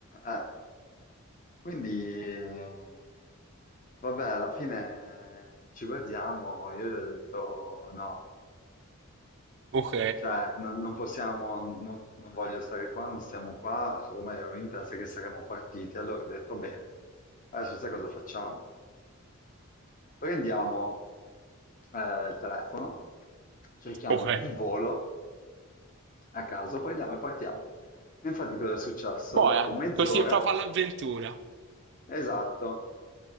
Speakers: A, on the left; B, on the right.
A: Eh, quindi, eh, vabbè, alla fine ci guardiamo. Io gli ho detto no,
B: Ok,
A: cioè non, non possiamo, non, non voglio stare qua, non stiamo qua. Ormai avevo in testa che saremmo partiti. Allora ho detto bene, adesso sai cosa facciamo? Prendiamo eh, il telefono, cerchiamo
B: ok.
A: un volo a caso, prendiamo e partiamo. E infatti cosa è successo?
B: Boia,
A: Dopo mezz'ora,
B: così proprio all'avventura.
A: esatto,